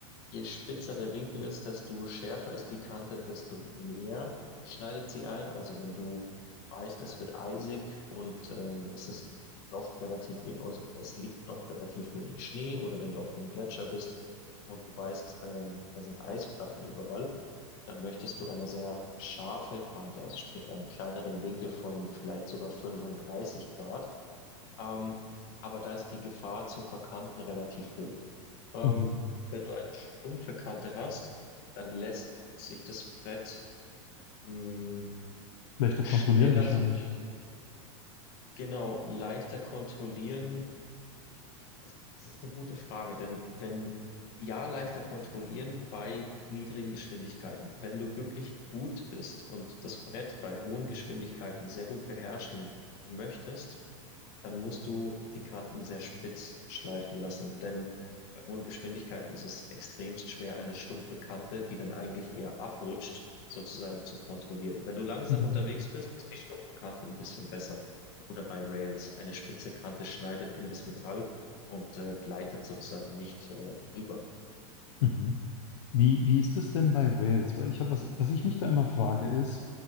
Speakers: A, on the left; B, on the left.
A: Je spitzer der Winkel ist, desto schärfer ist die Kante, desto mehr schneidet sie ein. Also wenn du weißt, es wird eisig und ähm, es ist noch relativ, we- also es liegt noch relativ wenig Schnee oder wenn du auf dem Gletscher bist und du weißt, ähm, da sind Eisplatten überall, dann möchtest du eine sehr scharfe Kante, also sprich einen kleineren Winkel von vielleicht sogar 35 Grad. Ähm, aber da ist die Gefahr zur verkanten relativ hoch. Ähm,
B: Mhm.
A: wenn du eine stumpfe Kante hast, dann lässt sich das Brett mh,
B: Leichter
A: schneller,
B: kontrollieren wahrscheinlich.
A: so, genau, leichter kontrollieren. Das, das ist eine gute Frage, denn wenn, ja, leichter kontrollieren bei niedrigen Geschwindigkeiten. Wenn du wirklich gut bist und das Brett bei hohen Geschwindigkeiten sehr gut beherrschen möchtest, dann musst du die Kanten sehr spitz schleifen lassen, denn bei hohen Geschwindigkeiten ist es extremst schwer, eine stumpfe Kante, die dann eigentlich eher abrutscht, sozusagen zu kontrollieren. Wenn du langsam
B: Mhm.
A: unterwegs bist, ist die stumpfe Kante ein bisschen besser. Oder bei Rails. Eine spitze Kante schneidet in das Metall und äh, gleitet sozusagen nicht äh, drüber.
B: Mhm. Wie, wie ist es denn bei Rails? Weil ich habe, was, was ich mich da immer frage, ist,